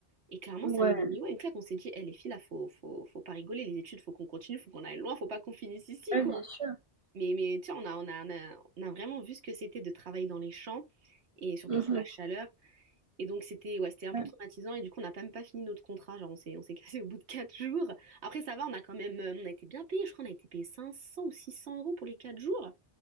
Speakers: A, on the right; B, on the right.
A: Et clairement,
B: ouais.
A: ça nous a mis ouais, une claque. On s'est dit, eh, les filles, là, faut, faut, faut pas rigoler, les études, faut qu'on continue, faut qu'on aille loin, faut pas qu'on finisse ici,
B: Ouais,
A: quoi.
B: bien sûr.
A: Mais, mais tu sais, on a, on a, on a, on a vraiment vu ce que c'était de travailler dans les champs et surtout
B: Mhm,
A: sous la chaleur. Et donc c'était ouais, c'était un
B: ouais.
A: peu traumatisant et du coup on n'a même pas fini notre contrat, genre on s'est on s'est cassé au bout de quatre jours. Après ça va, on a quand même euh, on a été bien payé, je crois on a été payé 500 ou 600 euros pour les quatre jours.